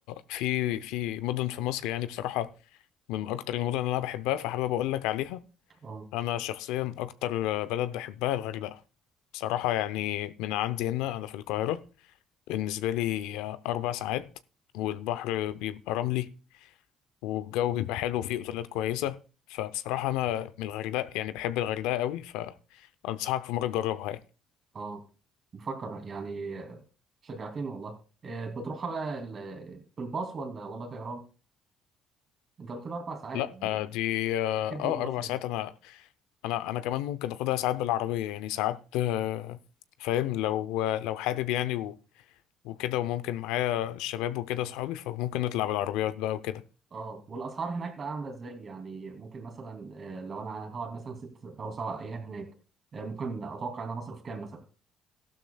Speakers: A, on the left; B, on the right.
A: في في مدن في مصر يعني بصراحه من اكتر المدن اللي انا بحبها فحابب اقول لك عليها
B: اه
A: انا شخصيا اكتر بلد بحبها الغردقه بصراحه يعني من عندي هنا انا في القاهره بالنسبه لي اربع ساعات والبحر بيبقى رملي والجو بيبقى حلو وفيه اوتيلات كويسه فبصراحه انا من الغردقه يعني بحب الغردقه قوي فانصحك في مره تجربها يعني
B: اه بفكر يعني شجعتني والله آه، بتروح بقى ال- بالباص ولا ولا طيران؟ انت قلت لي اربع ساعات
A: لا
B: يعني
A: آه، دي اه
B: اكيد بالباص
A: آه، اربع
B: يعني
A: ساعات انا انا انا كمان ممكن اخدها ساعات بالعربيه يعني ساعات آه، فاهم لو لو حابب يعني و- وكده وممكن معايا الشباب وكده اصحابي فممكن نطلع بالعربيات بقى وكده
B: اه والاسعار هناك بقى عامله ازاي يعني ممكن مثلا آه، لو انا هقعد مثلا ست او سبع ايام هناك آه، ممكن اتوقع ان انا اصرف كام مثلا